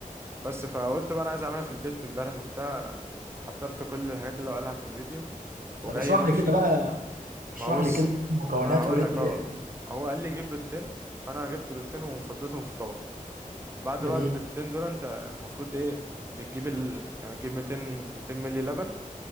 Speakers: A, on the right; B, on the right.
A: بس فقلت بقى انا عايز اعملها في البيت امبارح وبتاع حضرت كل الحاجات اللي هو قالها في الفيديو وجاي
B: طب اشرح
A: بمشي
B: لي كده بقى اشرح
A: ما هو بص
B: لي كده المكونات
A: ما هقول
B: وايه الطريقة
A: لك اه هو قال لي جيب بيضتين فانا جبت بيضتين وفضيتهم في طبق بعد
B: جميل
A: بقى البيضتين دول انت المفروض ايه بتجيب ال... يعني بتجيب 200 200 مللي لبن